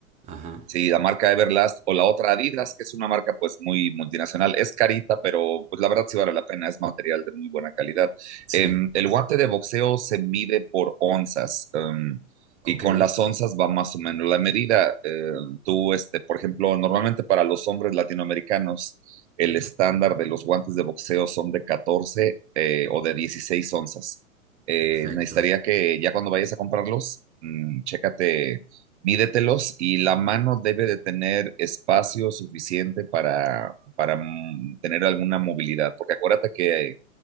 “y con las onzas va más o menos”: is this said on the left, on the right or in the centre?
Right